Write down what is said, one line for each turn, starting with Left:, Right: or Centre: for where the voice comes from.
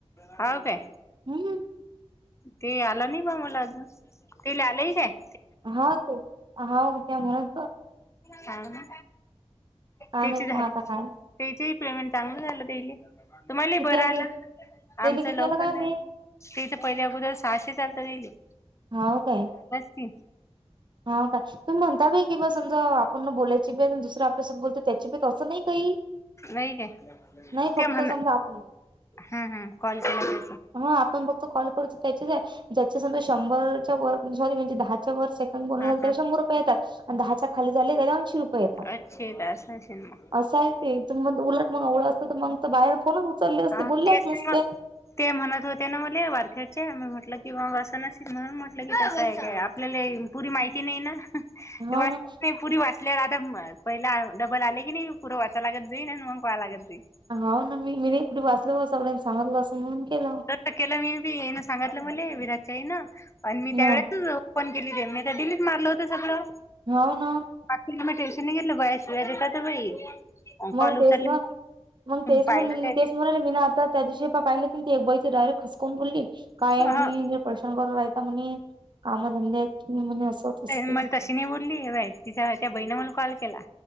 Left: हा का
Right: हम्म
Left: ते आलं नाही बा मला अजून ते ल आलंही का आहे
Right: हा ते हा त्या म्हणून
Left: ह ना
Right: काय
Left: त्याचीच
Right: माहित
Left: त्याचीही
Right: मग आता काय
Left: पेमेंट चांगलं झालं देले तुम्हाला
Right: किती
Left: बरं
Right: आलं
Left: आला
Right: काय तेले
Left: आमच
Right: किती
Left: लवकर
Right: आलं काय
Left: नाहीलं
Right: माहित
Left: तेथं पहिले अगोदर सहाशे आलात त्यायले
Right: हाव काय
Left: ते
Right: हा काय तुम्ही म्हणता बा की बा समज आपण न बोलायची बी आपल्यास बोलत त्याची प तसं नाही काही,
Left: नाही काय
Right: नाही फक्त
Left: ते म्हण
Right: समजा आप
Left: हा हा कॉल केला त्याचा.
Right: हा आपण फक्त कॉल करू त्याची आहे, ज्याच्या संघ शंभरच्या वर सॉरी म्हणजे दहाच्या वर स <unintelligible> बोललो
Left: हा हा
Right: तर शंभर रुपये येतात आणि दहाच्या खाली झाले त्याला ऐंशी रुये येतात.
Left: अच्छेदार. <unintelligible>
Right: असं आहे ते <unintelligible> उलट मग एवढं असतं तर मग बाहेर फोनच उचलले असते
Left: हा
Right: बोलल्याच
Left: तेच
Right: नसते.
Left: मग ते म्हणत होते ना मले वारखेडचे मी म्हटलं किंवा वसना <unintelligible> म्हटलं कि कसं आहे काय आपल्याला पुरी माहिती नाही ना,
Right: हो
Left: ते वाटते.
Right: ना
Left: पुरी वाचल्या आ <unintelligible> पहिला डबल आले की नाही पुड वाचायला लागत जाई नाही मग पहा लागत <unintelligible>
Right: हो ना मी, मी <unintelligible> वाचल हो सगळ्यांना सांगत बसवून केलं.
Left: तसं केलं मी बी येन सांगितलं म्हणले विराजच्याई ना आणि मी त्या
Right: ह
Left: वेळे पण गेली ते मी तर डिलीट मारलं होतं सगळं.
Right: हाव ना.
Left: बाकी <unintelligible> टेन्शन नाही घेतलं बाय शिवा देतात बाई.
Right: मग
Left: कॉल
Right: तेच
Left: उचलले
Right: ना, मग तेच
Left: पाहिला
Right: ना मी
Left: त्या
Right: तेच म्हणाले मीन आता. त्या दिवशी प पाहिलं ते एक बाई डायरेक्ट हसकवून बोलली काय
Left: दिवशी
Right: म्हणे हेने परेशान करू राहता म्हणे. कामधंदे आहेत म्हणे असं तसं
Left: मला तशी नाही बोलली <unintelligible> तिच्या त्या बाईन मला कॉल केला.